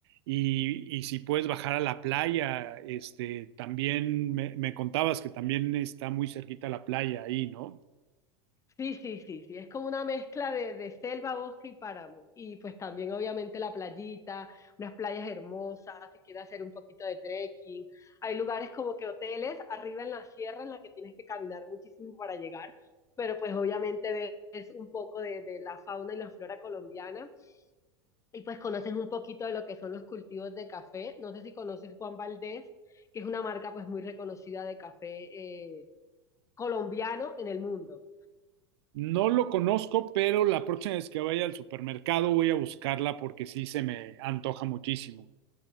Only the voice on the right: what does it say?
Y, y si puedes bajar a la playa, este, también me, me contabas que también está muy cerquita la playa ahí, ¿no?
No lo conozco, pero la próxima vez que vaya al supermercado voy a buscarla porque sí se me antoja muchísimo.